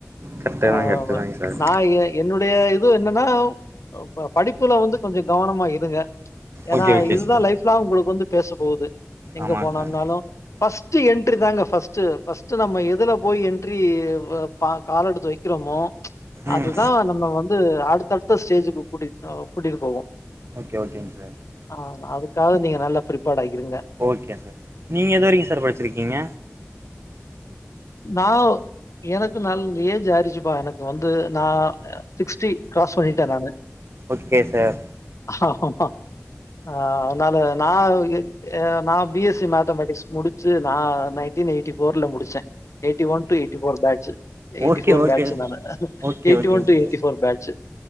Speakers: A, on the right (about 60°); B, on the left (about 85°).
A: கரெக்ட்டு
B: ஆமா
A: தா கரெக்ட்டு தாங்க சார்
B: நா எ ஐ என்னுடைய இது என்னன்னா ப படிப்புல வந்து கொஞ்சோ கவனமா இருங்க ஏனா
A: ஓகே ஓகே
B: இதுதா
A: சார்
B: லைஃப்லாங் உங்களுக்கு வந்து பேச போது எங்க
A: ஆமாங்க
B: போனம்னாலு
A: சார்
B: ஃபஸ் ஃபஸ்ட்டு என்டரி தாங்க ஃபஸ்ட்டு ஃபஸ்ட்டு நம்ம எதுல போய் என்ட்ரி வ பா கால் எடுத்து வைக்கிறமோ
A: ம்
B: அதுதா நம்ம வந்து அடுத்தடுத்த ஸ்டேஜுக்கு கூட்டி கூட்டிட்டு போகு
A: ஓகே ஓகேங்க சர்
B: ஆமா அதுக்காக நீங்க நல்லா பிரிப்பா்டா இருங்க
A: ஓகே சர் நீங்க எது வரைக்கு சர் படிச்சிருக்கீங்க
B: நா எனக்கு நல் ஏஜ் ஆய்ருச்சிப்பா எனக்கு வந்து நா சிக்ஸ்டி க்ராஸ் பண்ணிட்ட நானு
A: ஓகே சார்
B: ஆமா ஆ அதனால நா அ நா பி எஸ் சி மேத்தமெட்டிக்ஸ் முடிச் சு நா நைன்டீன் எய்ட்டி ஃபோர்ல முடிச்ச eighty one two eighty four batch eighty
A: okay
B: four
A: okay
B: batch நானு
A: ஓகே
B: எய்ட்டி
A: ஓகேங்க
B: ஒன் two
A: sir
B: eighty four batch